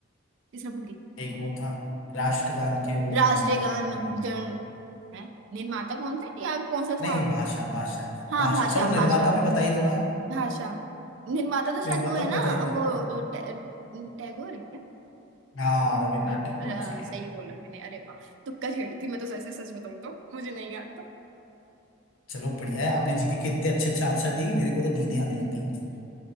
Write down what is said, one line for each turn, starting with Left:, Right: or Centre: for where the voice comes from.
Right: तीसरा भूल गई
Left: एक वो था राष्ट्रगान के वो
Right: राष्ट्रीय
Left: निर्माता
Right: गान
Left: कौन है
Right: जन है निर्माता कौन था या कौन सा
Left: नहीं
Right: था
Left: भाषा भाषा
Right: हाँ
Left: भाषा
Right: भाषा
Left: चलो
Right: भाषा
Left: निर्माता भी बता ही दो ना
Right: भाषा निर्माता तो शायद
Left: निर्माता
Right: वो है
Left: भी
Right: ना
Left: बता ही दो
Right: वो अ, टै- टैगोर है क्या
Left: हाँ रविन्द्रनाथ
Right: हाँ
Left: टैगोर जी
Right: अ,
Left: है
Right: सही बोला मैंने अरे वाह तुक्का छेड़ी थी मैं तो सच सच बताऊं तो मुझे नहीं याद
Left: चलो बढ़िया है आपने जीके के इतने अच्छे अच्छे आंसर दिए कि मेरे को तो नींद ही आने लग गई